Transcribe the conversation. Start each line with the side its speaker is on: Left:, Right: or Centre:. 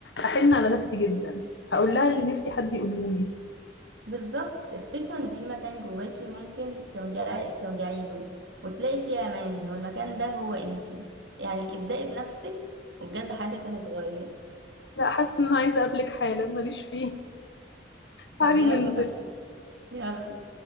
Left: أحن على نفسي جدا هقول لها اللي نفسي حد يقوله لي
Right: بالظبط افتكري ان في مكان جواكي ممكن ترجعي ترجعي له وتلاقي فيه امان والمكان ده هو انتي يعني ابدأي بنفسك وبجد حياتك هتتغير
Left: لا حاسة إن أنا عايزة أقابلك حالا ماليش فيه تعالي
Right: طب يلا
Left: ننزل
Right: بينا يلا